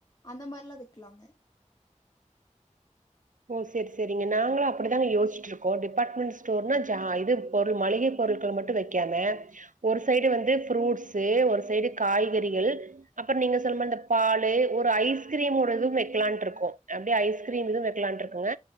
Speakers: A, on the left; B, on the right.
A: அந்த மாரிலா வக்கலாங்க
B: ஓ சரி சரிங்க நாங்களு அப்டித்தாங்க யோசச்சிட்ருக்கோ டிபார்ட்மெண்ட் ஸ்டோர்னா ஜா இது பொருள் மளிகை பொருள் மட்டு வக்காம ஒரு சைடு வந்து ஃப்ரூட்ஸ்சு ஒரு சைடு காய்கறிகள் அப்ப நீங்க சொல் மா இந்த பாலு ஒரு ஐஸ்கிரீம்மோடதும் வக்கலான்ருக்கோ அப்டியே ஐஸ்கிரீம் இது வக் க்கலான்ருக்குங்க